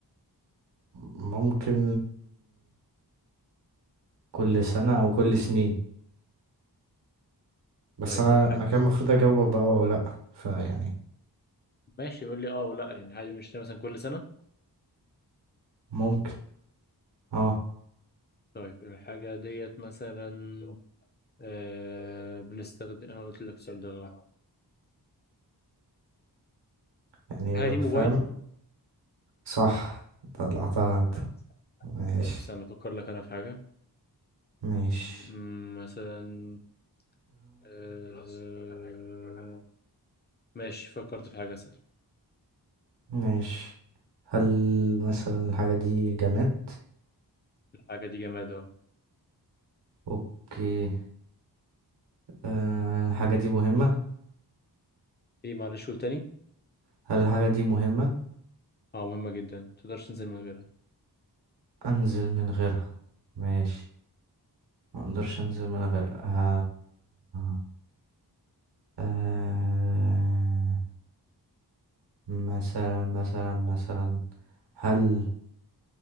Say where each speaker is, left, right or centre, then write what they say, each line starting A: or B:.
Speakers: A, on the right (about 80°); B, on the left (about 25°).
A: ممكن كل سنة او كل سنين بس
B: طيب
A: انا
B: الحاجة
A: انا كان المفروض اجاوبك بقى او لأ فيعني
B: ماشي يقول لي اه ولا يعني عادي بنشتريها مثلا كل سنة
A: ممكن اه
B: طيب الحاجة ديت مثلا آه بنستخدم انا قلت لك السؤال ده آه.
A: يعني
B: الحاجة دي موبايل
A: فاهم صح طلعتها
B: طب
A: انت
B: حلو.
A: ماشي
B: طيب استنى افكر لك انا في حاجة
A: ماشي
B: أمم، مثلا آه، ماشي فكرت في حاجة اسأل
A: ماشي هل مثلا الحاجة دي جماد
B: الحاجة دي جماد اهو
A: اوكي أه الحاجة دي مهمة
B: ايه معلش قول تاني
A: هل الحاجة دي مهمة
B: اه مهمة جدا متقدرش تنزل من غيرها
A: انزل من غيرها ماشي ما اقدرش انزل من غيرها أه... أه... مثلا مثلا مثلا هل